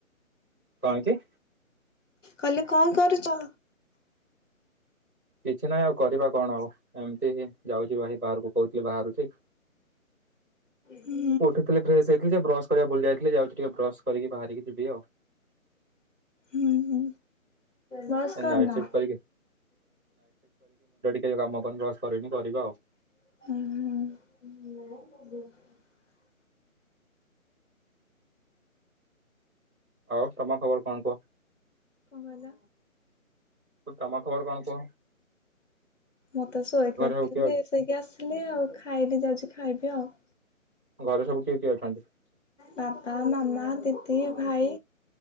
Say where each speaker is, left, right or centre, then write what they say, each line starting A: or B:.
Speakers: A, in the centre; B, on the left.
A: କାହିଁକି?
B: କହିଲେ କଣ କରୁଚ?
A: କିଛି ନହିଁ ଆଉ କରିବା କଣ ଆଉ ଏମିତି ଯାଉଛି ବାହାରକୁ କହୁଥିଲି ବାହାରୁଛି
B: ହୁଁ
A: ଉଠିଥିଲି ଫ୍ରେଶ ହେଇଥିଲି ଯେ ବ୍ର କରିବା ଭୁଲି ଯାଇଥିଲି ଯାଉଛି ଟିକେ ବ୍ରସ୍ କରିକି ବାହାରିକି ଯିବି ଆଉ
B: ହୁଁ। ବସ କରିନ
A: ନାଇଟ ସିଫ୍ଟ କରିକି କି କାମ କରିନି ବ୍ରସ କରିନି କରିବା ଆଉ
B: ଉଁ ହୁଁ।। <inaudible>
A: ଆଉ ତମ ଖବର କଣ କୁହ
B: କଣ କହିଲ?
A: ତମ ଖବର କଣ କ କୂଅ
B: ମୁତେ ଶୋଇକଥିଲିସଇକି
A: ସବୁ କିଏ
B: ଆସିଲି ଆଉ ଖାଇକି ଯାଉଛି ଖାଇବି ଆଉ।
A: ଘରେ ସବୁ କିଏ କିଏ ଅଛନ୍ତି?
B: ବାପା ମାମା ଦିଦି ଭାଇ